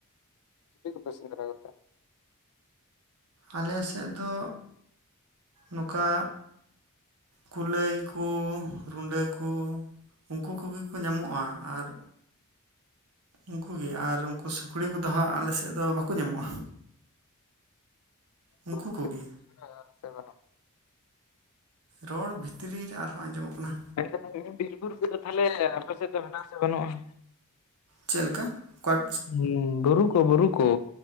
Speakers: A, on the left; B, on the right.
A: ᱪᱤᱞᱤ ᱠᱚᱯᱮ ᱥᱮᱸᱫᱽᱨᱟ ᱠᱚᱛᱮ?
B: ᱟᱞᱮ ᱥᱮᱫ ᱫᱚ ᱱᱚᱠᱟ ᱠᱩᱞᱟᱹᱭ ᱠᱚ ᱨᱩᱸᱰᱟᱹ ᱠᱚ ᱩᱱᱠᱩ ᱠᱚᱜᱮ ᱠᱚ ᱧᱟᱢᱚᱜᱼᱟ ᱟᱨ ᱩᱱᱠᱩ ᱜᱮ ᱟᱨ ᱩᱱᱠᱩ ᱥᱩᱠᱨᱤ ᱠᱚᱫᱚ ᱦᱟᱸᱜ ᱟᱞᱮ ᱥᱮᱫ ᱫᱚ ᱵᱟᱠᱚ ᱧᱟᱢᱚᱜᱼᱟ᱾ ᱩᱝᱠᱩ
A: ᱵᱩᱨᱩ
B: ᱠᱚᱜᱮ᱾
A: <inaudible> ᱥᱮ ᱵᱟᱱᱩᱜ
B: ᱨᱚᱲ ᱵᱷᱤᱛᱨᱤ ᱨᱮ ᱟᱨᱦᱚᱸ ᱟᱸᱡᱚᱢᱚᱜ ᱠᱟᱱᱟ᱾
A: <inaudible> ᱵᱤᱨ-ᱵᱩᱨᱩ ᱠᱚᱫᱚ ᱛᱟᱞᱦᱮ ᱟᱯᱮ ᱥᱮᱡ ᱫᱚ ᱢᱮᱱᱟᱜ ᱟᱥᱮ ᱵᱟᱹᱱᱩᱜᱼᱟ?
B: ᱪᱮᱫ ᱞᱮᱠᱟ ᱚᱠᱟ
A: ᱦᱩᱸ ᱵᱩᱨᱩ ᱠᱚ ᱵᱩᱨᱩ ᱠᱚ